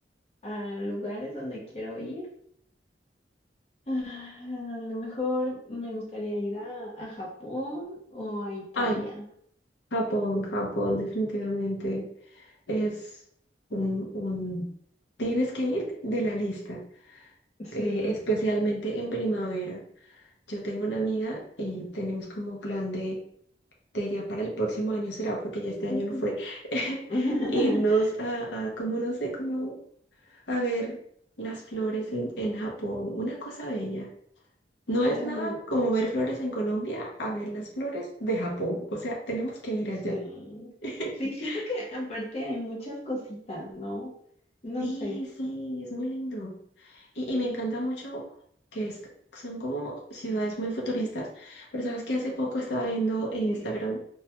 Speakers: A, on the left; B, on the left.
A: a lugares donde quiero ir. Ah, A lo mejor me gustaría ir a, a Japón o a Italia.
B: Ay, Japón, Japón, definitivamente es un, un... Tienes que ir de la lista,
A: Sí.
B: eh, especialmente en primavera. Yo tengo una amiga y tenemos como plan de, de ya para el próximo año será, porque ya este año
A: Mm.
B: no fue, <laughs>
A: <laughs>
B: irnos a, a como no sé, como a ver las flores en, en Japón, una cosa bella. No es
A: A
B: nada
A: lo-
B: como ver flores en Colombia a ver las flores de Japón. O sea, tenemos que ir allá.
A: sí.
B: <laughs>
A: Sí, siento que aparte hay muchas cositas, ¿no? No
B: Sí,
A: sé.
B: sí, es muy lindo. Y, y me encanta mucho que es- son como ciudades muy futuristas, pero sabes que hace poco estaba viendo en Instagram
A: Sí,